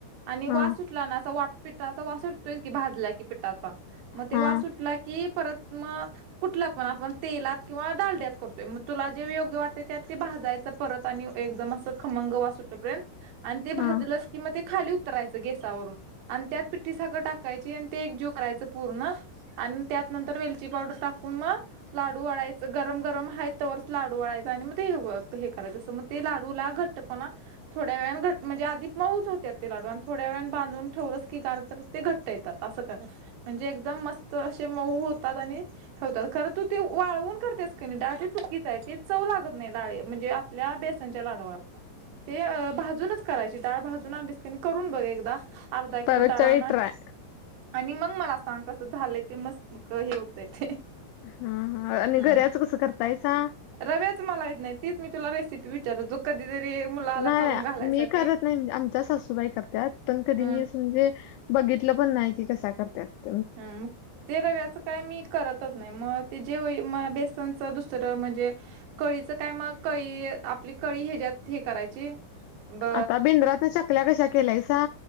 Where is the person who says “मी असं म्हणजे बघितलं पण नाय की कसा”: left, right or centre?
Left